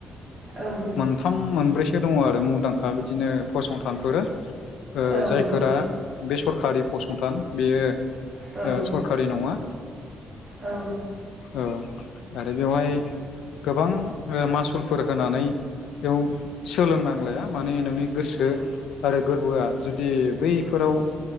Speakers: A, on the right; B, on the left.
A: औ
B: मोनथाम मोनब्रैसो दङ आरो मुंदांखा बिदिनो फस थानफोर। ओ
A: औ
B: जायफोरा
A: औ
B: बेस सरखारि फसंथान बेयो
A: औ
B: अ सरखारि नङा
A: औ
B: ओ आरो बेवहाय गोबां औ मासुलफोर होनानै बेयाव सोलोंनांलाया माने नोंनि गोसो आरो गोरबोआ जुदि बैफोराव